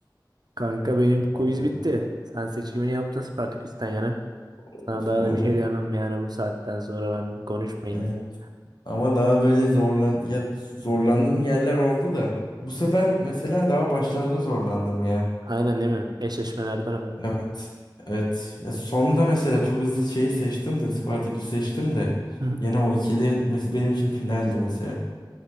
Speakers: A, on the right (about 60°); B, on the left (about 65°).
A: Kanka benim
B: <laughs>
A: quiz
B: Vallahi.
A: bitti. Sen seçimini yaptın Spartaküs'ten yana.
B: Of,
A: Sana daha
B: Vallahi.
A: da bir şey diyemem yani bu saatten sonra ben konuşmayayım
B: Evet.
A: ya.
B: Ama daha böyle zorlan ya zorlandığım yerler oldu da. Bu sefer mesela daha başlarda zorlandım ya.
A: Aynen değil mi? Eşleşmelerden mi?
B: Evet. Evet. Ya sonda mesela çok hızlı şeyi seçtim de Spartaküs seçtim de.
A: Hı hı.
B: Yine o ikili mes- benim için finaldi mesela.